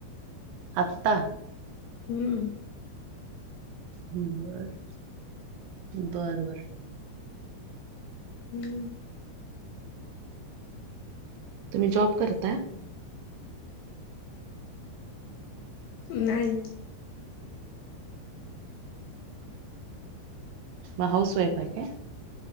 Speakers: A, on the right (about 75°); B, on the left (about 75°).
A: आत्तां
B: हम्मं
A: बरं बरं बरं
B: हम्म
A: तुम्हीं जॉब करतां
B: नाहीं
A: मंग हौऊस वाईफ आहे कां